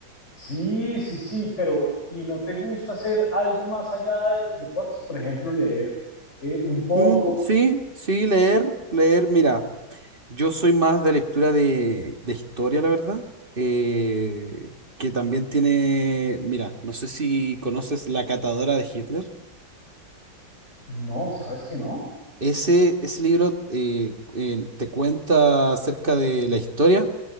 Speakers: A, on the left; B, on the right.
A: Sí, sí, sí, pero ¿y no te gusta hacer algo más allá de los deportes? Por ejemplo, leer eh, un poco.
B: Mm, sí, sí, leer, leer. Mira, yo soy más de lectura de, de historia, la verdad. eh, que también tiene, mira, no sé si conoces La Catadora de Hitler.
A: No, ¿sabes que no?
B: Ese, ese libro eh, eh, te cuenta acerca de la historia,